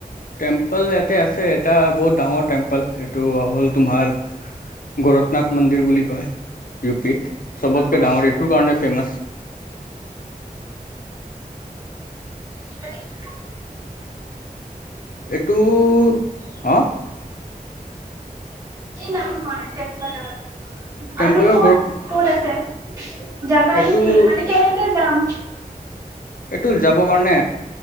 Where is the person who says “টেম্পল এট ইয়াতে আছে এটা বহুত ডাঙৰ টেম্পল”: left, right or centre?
Left